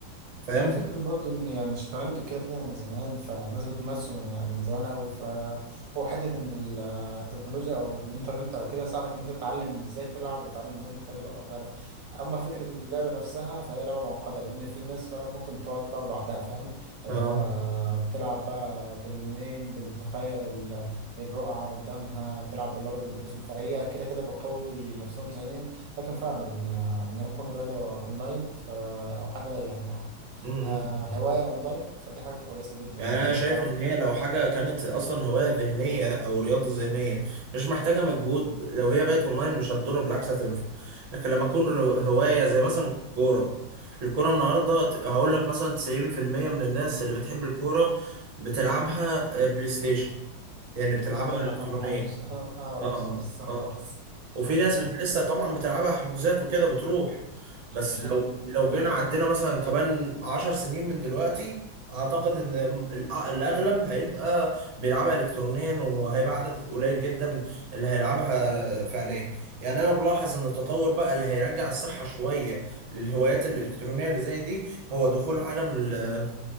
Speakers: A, on the right (about 50°); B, on the right (about 70°).
A: فاهم؟
B: لا فكرة برضو ان يعني الشطرنج كده كده من زمان فالناس بتمارسه من يعني من زمان قوي فهو حتة ان ال- التكنولوجيا او الانترنت او كده ساعدك ان انت تتعلم ازاي تلعب وتتعلم ازاي انت تبقى محترف اما فكرة اللعبة نفسها فهي لعبة معقدة لان في ناس فعلا ممكن تقعد تلعب لوحدها فاهم اللي
A: اه
B: هو بتلعب بقى باللونين بتتخيل ال- الرقعة قدامها بتلعب بالابيض والاسود فهي كده كده بتقوي نفسهم ذهنيا لكن فعلا آه، ان هي تكون رياضة اونلاين ف او حاجة يعني
A: امم
B: آه هواية أونلاين فدي حاجة كويسة جدا
A: يعني
B: إن
A: انا
B: أنت
A: شايف
B: بتعرف
A: ان هي لو حاجه كانت اصلا هوايه ذهنيه او رياضه ذهنيه مش محتاجه مجهود لو هي بقت اونلاين مش هتضر بالعكس هتنفع لكن لما تكون هوايه زي مثلا كوره الكوره النهارده ت- هقول لك مثلا 90% من الناس اللي بتحب الكوره بتلعبها آه، بلاي ستيشن يعني بتلعبها
B: ما عدا إن
A: الكترونيه
B: أنا ما بحبش <laughs> أقرأ
A: اه
B: بس
A: اه
B: خالص
A: اه وفي ناس
B: <laughs>
A: بت- لسه طبعا بتلعبها حجوزات وكده بتروح بس
B: بشكل
A: لو
B: كبير
A: لو جينا
B: أه
A: عدينا مثلا كمان عشر سنين من دلوقتي اعتقد ان الأ- الاغلب هيبقى بيلعبها الكترونيا وهيبقى عدد قليل جدا اللي هيلعبها آه، فعليا يعني انا بلاحظ ان التطور بقى اللي هيرجع الصحة شوية للهوايات الالكترونية اللي زي دي هو دخول عالم ال-